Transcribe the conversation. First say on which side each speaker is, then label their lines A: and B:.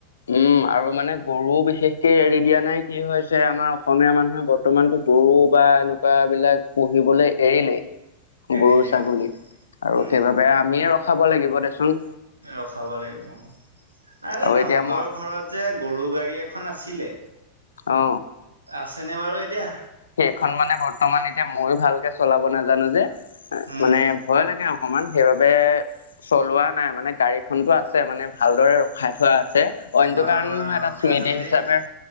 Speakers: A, on the left; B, on the right.
A: উম আৰু মানে গৰুও বিশেষকে এৰি দিয়া নাই কি হৈছে আমাৰ অসমীয়া মানুহে বৰ্তমানতো গৰু বা এনেকুৱা বিলাক পুহিবলে এৰিলেই
B: এৰিলে
A: গৰু ছাগলী
B: অ
A: আৰু
B: উম
A: সেইবাবে আমিয়ে ৰখাব লাগিব দেচোন।
B: ৰখাব লাগিব আৰে
A: আৰু
B: তহঁতৰ
A: এতিয়া মই
B: ঘৰত যে গৰু গাড়ী এখন আছিলে
A: অ
B: আছেনে বাৰু এতিয়া
A: সেইখন মানে বৰ্তমান এতিয়া মই ভালকে চলাব নাজানো যে
B: উম
A: মানে ভয় লাগে অকমান সেইবাবে চলোৱা নাই মানে গাড়ী খনটো আছে মানে ভালদৰে ৰখাই থোৱা আছে। অইনটো
B: বাৰু
A: কাৰণে
B: বাৰু
A: নহয় এটা
B: ৰখাই
A: স্মৃতি
B: থবি
A: হিচাপে
B: দেই